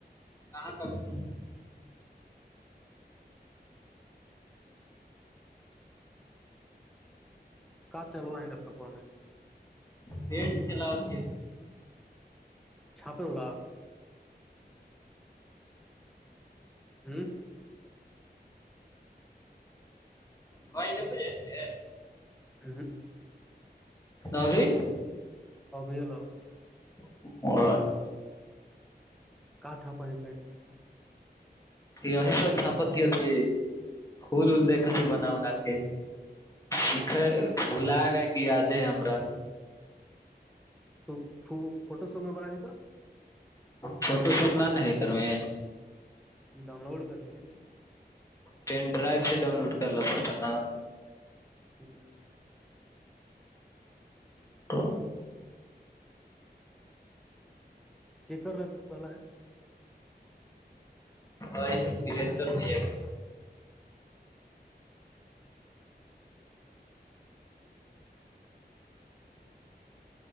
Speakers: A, on the left; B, in the centre.
A: ہ س
B: ک چلوا ہے لیپٹاپ آ ہم میں
A: پینٹ چلاؤتی
B: چھاپے الا ہی
A: ول پوجےتے
B: <unintelligible>
A: ابھی
B: <unintelligible>
A: <unintelligible>
B: کا چھاپا ہے پینٹ میں
A: ا تو چھاپک کی ت کھول ول دیکھاتی بناؤ ن کے سکھ بھلا گ کی یاد ہے ہمرا
B: تو ف فوٹو سمی بر ہے تو
A: فوٹو شوپ ن ہے کر میں
B: ڈاؤن لوڈ کریں
A: پین ڈرائیو سے ڈاؤن لوڈ کرنا پڑتا نا
B: ہوں
A: تو
B: کیا کر رہے تمہا
A: ا پلر بھیا گ
B: <unintelligible>